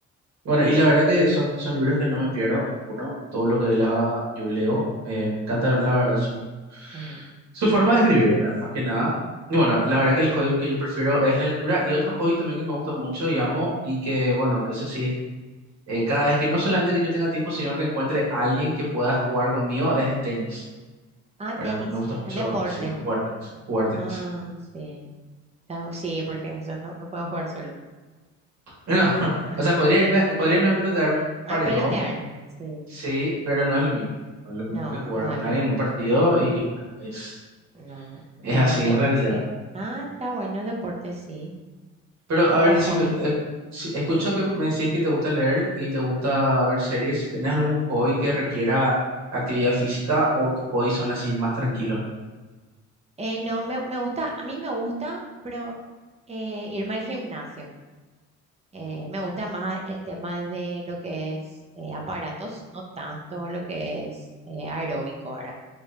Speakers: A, on the right; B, on the right.
A: Bueno, y la verdad que son, son libros que no me pierdo. Uno, todo lo que él haga, yo leo. Eh, me encanta, la verdad, su,
B: Ah,
A: su forma de escribir, ¿verdad? Más que nada. Y bueno, la verdad que el hobby que yo prefiero es la lectura y otro hobby también que me gusta mucho y amo y que, bueno, eso sí eh, cada vez que no solamente que yo tenga tiempo, sino que encuentre alguien que pueda jugar conmigo, es el tenis.
B: ah, tenis,
A: Ahora, me gusta mucho,
B: ah, deporte.
A: sí, jugar tenis, jugar tenis,
B: Ah,
A: sí.
B: sí. Ah, sí, porque eso no, no puedo jugar solo.
A: No, <laughs>
B: <laughs>
A: o sea, podría irme, podría irme a pelotear un
B: A
A: paredón,
B: pelotear. Sí.
A: sí, pero no es lo mismo. No es lo mismo
B: No,
A: que jugar
B: no
A: con
B: es
A: alguien
B: lo mismo.
A: en un partido y bueno, es,
B: No,
A: es
B: la
A: así
B: motivo,
A: en realidad.
B: sí. Ah, está bueno, deporte, sí.
A: Pero
B: Como
A: a ver,
B: hobby.
A: decime, yo, eh, si- escucho que me decís que te gusta leer y te gusta ver series. ¿Tenés algún hobby que requiera actividad física o tus hobbies son así más tranquilos?
B: Eh, no, me, me gusta, a mí me gusta, pero eh, irme al gimnasio. Eh, me gusta más el tema de lo que es eh, aparatos, no tanto lo que es eh, aeróbico, ¿verdad?